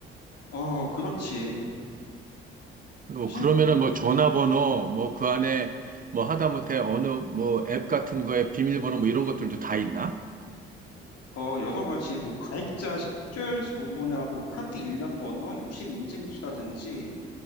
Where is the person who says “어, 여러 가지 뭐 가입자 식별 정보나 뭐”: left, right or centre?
Left